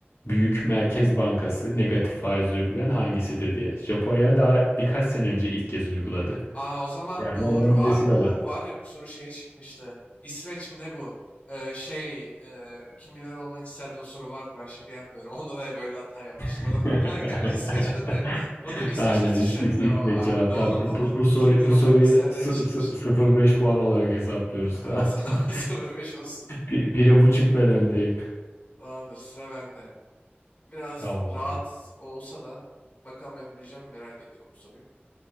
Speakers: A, on the left; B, on the left.
A: büyük merkez bankası negatif faiz uygulayan hangisidir diye. Japonya daha birkaç sene önce ilk kez uyguladı.
B: Aa o zaman
A: Yani
B: doğru.
A: ondan öncesi
B: Aa
A: de
B: bu
A: var.
B: var ya bu soru şeye çıkmıştı. İsveç mi ne bu? Ee, şey e, kim milyoner olmak isterdi bu soru vardı. Ben şaka yapmıyorum. <laughs> Onda da böyle hata yapmıştım.
A: <laughs>
B: Oradan aklıma geldi İsveç değil mi? O da mı İsveç
A: Aynen
B: mi? İsviçre
A: İs- İs-
B: mi ne
A: İsmet
B: o abi?
A: cevap.
B: Doğru
A: Tamam, bu,
B: bu.
A: bu, bu, soru,
B: Kim milyoner
A: bu
B: olmak
A: soruyu
B: isterdi
A: sı-
B: çıkmıştı.
A: sı- 0,5 puan olarak hesaplıyoruz.
B: <laughs>
A: Tamam. <laughs>
B: 0-5 olsun.
A: Bir, bire buçuk ben öndeyim.
B: Tamamdır sıra bende. Biraz
A: Tamamdır.
B: rahat olsa da bakalım yapabileceğim mi merak ediyorum bu soruyu.